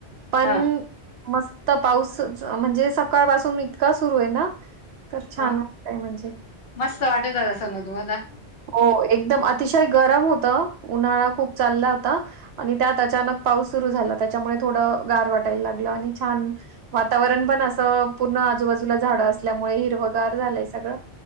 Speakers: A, on the right (about 70°); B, on the left (about 60°).
A: पण...
B: हा
A: मस्त पाऊस! म्हणजे सकाळपासून इतका सुरू आहे ना. तर छान
B: हा,
A: वाटतंय म्हणजे.
B: मस्त वाटतंय असं ना तुम्हाला?
A: हो, एकदम अतिशय गरम होतं. उन्हाळा खूप चालला होता आणि त्यात अचानक पाऊस सुरू झाला. त्यामुळे थोडं गार वाटायला लागलं. छान वातावरण आहे. आजूबाजूला झाडं असल्यामुळे सगळीकडे हिरवागार झालं आहे. सगळं.